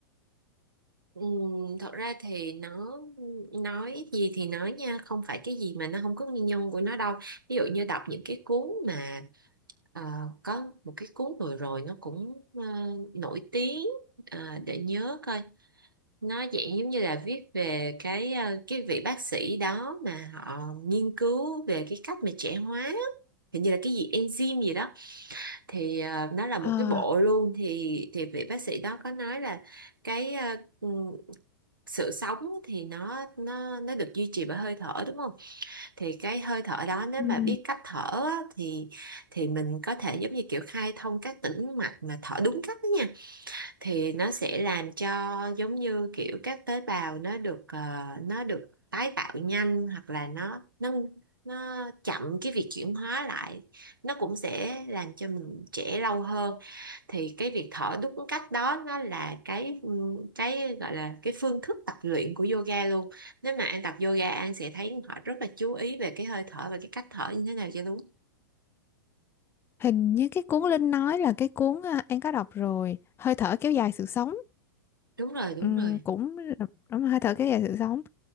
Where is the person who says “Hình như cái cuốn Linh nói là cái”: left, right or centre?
Left